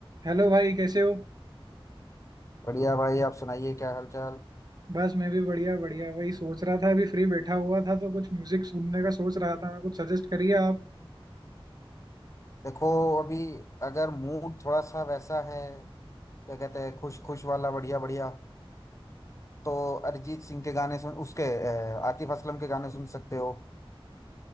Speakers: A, on the right; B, on the left.
A: Hello भाई कैसे हो
B: बढ़िया भाई आप सुनाइए क्या हालचाल
A: बस मैं भी बढ़िया बढ़िया वही सोच रहा था अभी फ्री बैठा हुआ था तो कुछ म्यूजिक सुनने का सोच रहा था मैं कुछ सजेस्ट करिए आप
B: देखो अभी अगर मूड थोड़ा सा वैसा है क्या कहते हैं खुश खुश वाला बढ़िया बढ़िया तो अरिजीत सिंह के गाने सुन उसके अ, आतिफ असलम के गाने सुन सकते हो